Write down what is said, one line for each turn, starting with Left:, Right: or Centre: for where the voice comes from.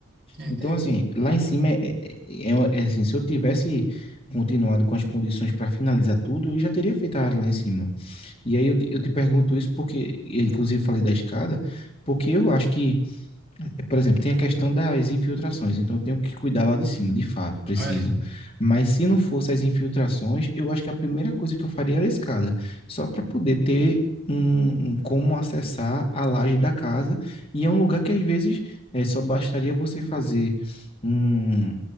Right: Entendi.
Left: Então, assim, lá em cima é, é, é- é é, assim, se eu tivesse continuado com as condições para finalizar tudo, eu já teria feito a área lá em cima. E aí eu, te- eu te pergunto isso porque, eu inclusive falei da escada, porque eu acho que, eh, por exemplo, tem a questão das infiltrações, então eu tenho que cuidar lá de cima, de fato, preciso.
Right: Ah, é,
Left: Mas se não fosse as infiltrações, eu acho que a primeira coisa que eu faria era a escada, só para poder ter um, um como acessar a laje da casa, e é um lugar que às vezes eh, só bastaria você fazer um